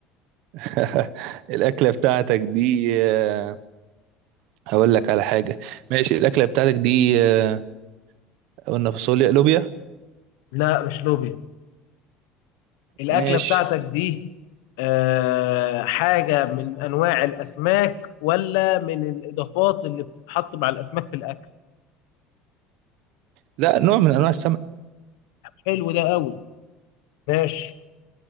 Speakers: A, on the right; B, on the left.
A: <laughs> الاكله بتاعتك دي آه، هقول لك على حاجه ماشي الاكله بتاعتك دي آه، قلنا فاصوليا لوبيا
B: لا مش لوبيا الأكلة
A: ماشي
B: بتاعتك دي آه، حاجة من أنواع الأسماك ولا من الإضافات اللي بتتحط مع الأسماك في الأكل؟
A: لا نوع من انواع السمك
B: حلو ده قوي ماشي